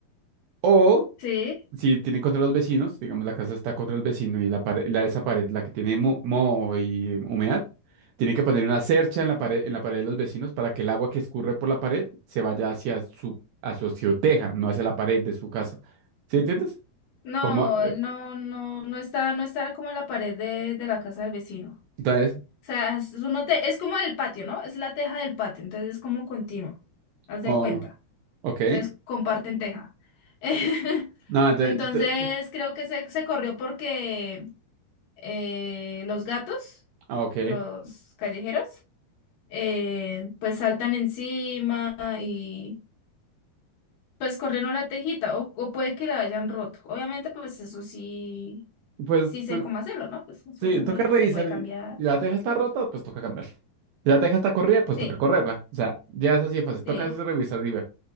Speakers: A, on the right (about 80°); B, on the left (about 70°).
A: O
B: sí.
A: si tiene contra los vecinos, digamos la casa está contra el vecino y la pared, la, esa pared, la que tiene mo- moho y humedad, tiene que poner una cercha en la pared, en la pared de los vecinos para que el agua que escurre por la pared se vaya hacia su, a su azoteja, no hacia la pared de su casa. ¿Sí entiendes?
B: No,
A: Como, eh,
B: no, no, no está, no está como en la pared de, de la casa del vecino.
A: entonces,
B: sea, es, uno te- es como el patio, ¿no? Es la teja del patio, entonces es como continuo, haz
A: oh,
B: de cuenta.
A: ok.
B: Entonces comparten teja. <laughs>
A: No, entonces,
B: Entonces
A: te- te-
B: creo que se, se corrió porque eh, los gatos,
A: ah, ok.
B: los callejeros, eh, pues saltan encima y pues corrieron la tejita o, o puede que la hayan roto. Obviamente pues eso sí,
A: Pues,
B: sí sé
A: pues,
B: cómo hacerlo, ¿no? Pues sube,
A: sí, toca revisar.
B: se puede cambiar.
A: Si la teja está rota, pues toca cambiar. Si la teja está corrida, pues
B: Sí,
A: toca correrla. O sea, ya es así de fácil. Toca
B: sí.
A: es revisar y ver.